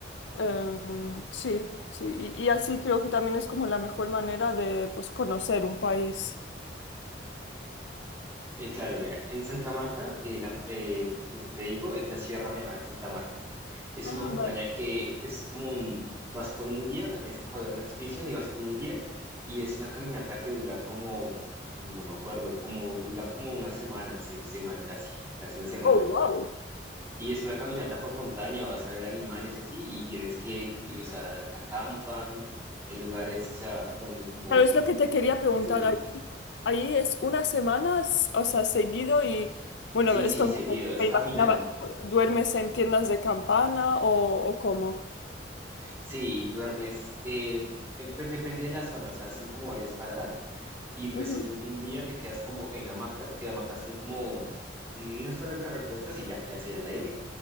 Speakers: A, on the left; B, on the right.
A: em, sí, sí, y, y así creo que también es como la mejor manera de pues conocer un país.
B: Eh, claro, mira, en Santa Marta, eh, la- eh, lo que te digo es la Sierra Nevada de Santa Marta. Es
A: Ah,
B: una montaña
A: vale.
B: que es como un, vas con un guía, o sea, tienes que pagar una expedición y vas con un guía, y es una caminata que dura como, no me acuerdo, como dura como una semana, si no estoy mal, casi, casi una semana.
A: Oh, wow.
B: Y es una caminata por montaña, vas a ver animales y así, y tienes que, que, o sea, acampan, hay lugares, o sea, donde como
A: Pero es lo que te quería
B: específicos.
A: preguntar. Ahí, ahí es una semana, s- o sea, seguido y bueno,
B: Sí,
A: esto
B: sí, seguido,
A: me,
B: es
A: me
B: caminando.
A: imaginaba, tipo, ¿duermes en tiendas de campana o, o cómo?
B: Sí, duermes, eh, eh, pues depende de la zona, o sea, hacen como varias paradas y pues
A: Ujú,
B: un, un día te quedas como en hamacas, que hamacas son como, mm, no es donde te recuestas y ya quedas ahí al aire